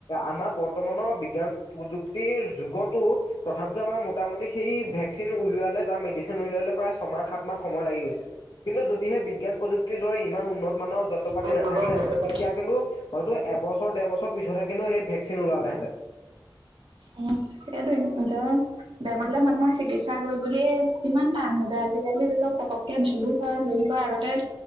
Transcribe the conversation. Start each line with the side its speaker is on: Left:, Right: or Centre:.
Left: আমাৰ বৰ্তমানৰ বিজ্ঞান প্ৰযুক্তিৰ যুগতো তথাপিতো আমাৰ মোটামুটি সেই ভেকচিন উলালে তাৰ মেডিচিন উলালে প্ৰায় ছয়াহ সাত মাহ সময় লাগি গৈছিল কিন্তু যদিহে বিজ্ঞান প্ৰযুক্তি। দৰে ইমান উন্নত মানৰ যন্ত্ৰ
Right: উন্নত
Left: পাতি নাথাকিলে
Right: মানৰ
Left: হেঁতেন
Right: যন্ত্ৰ
Left: তেতিয়া কিন্তু হয়তো। এবছৰ ডৰ বছৰ পিছতহে কিন্তনু সেই ভেকচিন ওলালেহেঁতেন।
Right: উম সেইটোয়ে এ বেমাৰলে মানুহৰ চিকিৎসা। ক গৈ বুলিয়ে কিমান টান হৈ যায় আজিকালি ধ পক। ভালো হয় হেৰি কৰে আগতে